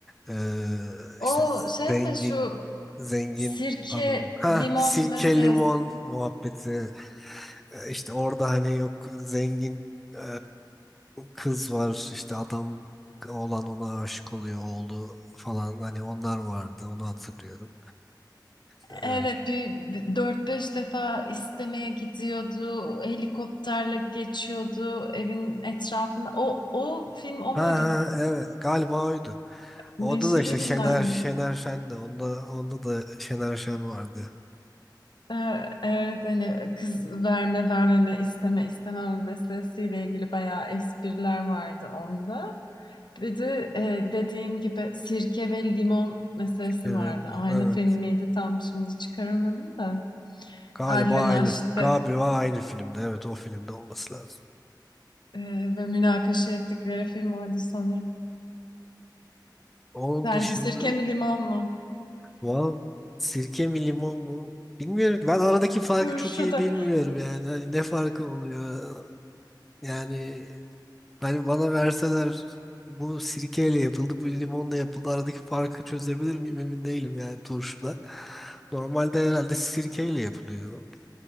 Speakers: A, in the centre; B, on the left.
A: Ee,
B: O
A: işte
B: şey
A: zengin
B: mi şu
A: zengin
B: sirke
A: adam. Ha
B: limon
A: sirke
B: meselesi?
A: limon muhabbeti. Ee, işte orada hani yok zengin e, kız var işte adam olan ona aşık oluyor oğlu falan hani onlar vardı onu hatırlıyorum. Ee,
B: Evet bir, bir 4-5 defa istemeye gidiyordu. Helikopterle geçiyordu evin etrafında. O o film o
A: ha
B: muydu?
A: ha, evet galiba oydu.
B: Neşeli
A: Orada da işte
B: Günler
A: Şener
B: mi?
A: Şener Şen de onda onda da Şener Şen vardı.
B: Ee, Evet hani kız verme vermeme isteme istememe meselesiyle ilgili bayağı espriler vardı onda. Bir de e, dediğim gibi sirke ve limon meselesi
A: Şener
B: vardı.
A: Şen,
B: Aynı
A: Evet.
B: film miydi tam şimdi çıkaramadım da.
A: Galiba
B: Adile
A: aynı
B: Naşit'te
A: galiba aynı filmde. Evet o filmde olması lazım.
B: e, ve münakaşa ettikleri film oydu sanırım.
A: Onun
B: Sence
A: dışında
B: sirke mi limon mu?
A: wow, sirke mi limon mu? Bilmiyorum ki. Ben aradaki farkı
B: Turşu
A: çok iyi
B: da.
A: bilmiyorum yani. Hani ne farkı oluyor? Yani hani bana verseler bu sirkeyle yapıldı, bu limonla yapıldı. Aradaki farkı çözebilir miyim emin değilim yani turşuda. Normalde herhalde sirkeyle yapılıyor.